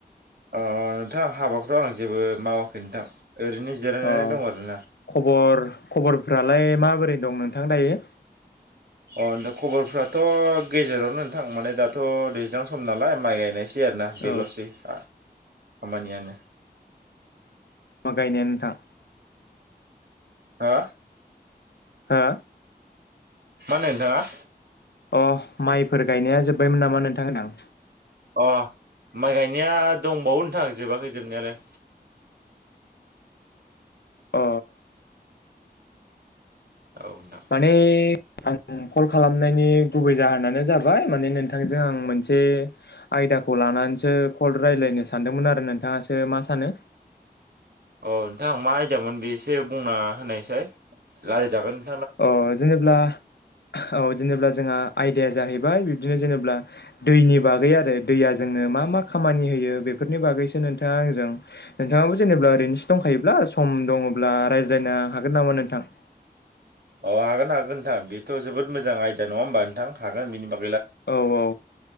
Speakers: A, on the right; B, on the left.
A: अ नोंथां हाबाखौथ' आं जेबो मावाखै नोंथां ओरैनो जिरायनानै
B: अ
A: दं आरोना।
B: खबर खबरफ्रालाय माबोरै दं नोंथां दायो।
A: अ द खबरफ्राथ' गेजेरावनो नोंथां माने दाथ' दैज्लां सम नालाय माइ गायनाय सै आरोना बेलसै
B: औ
A: आ खामानियानो
B: मा गायनायानो नोंथां
A: हा
B: हा
A: मा होनदों नोंथाङा
B: अ माइफोर गायनाया जोब्बायमोन नामा नोंथां होनदां
A: अ माइ गायनाया दंबावो नोंथां जोबाखै जोबनायालाय
B: अ
A: औ नोंथां
B: माने आं कल खालामनायनि गुबै जाहोनानो जाबाय माने नोंथांजों आं मोनसे आयदाखौ लानानैसो कल राय्लायनो सानदोंमोन आरो नोंथाङासो मा सानो
A: अ नोंथां मा आयदमोन बेसो बुंना होनायसाय लायरायजागोन।
B: अ जेनेब्ला औ जेनेबा जोंहा आयदाया जाहैबाय बिबदिनो जेनेब्ला दैनि बागै आरो दैया जों नो मा मा खामानि होयो बेफोरनि बागैसो नोंथाङा आंजों नोंथाङाबो जेनेब्ला ओरैनोसो दंखायोब्ला सम दङब्ला रायज्लायनो हागोन नामा नोंथां
A: अ हागोन हागोन नोंथां बेथ' जोबोद मोजां आयदा नङा होमबा नोंथां हागोन बेनि बाग
B: औ औ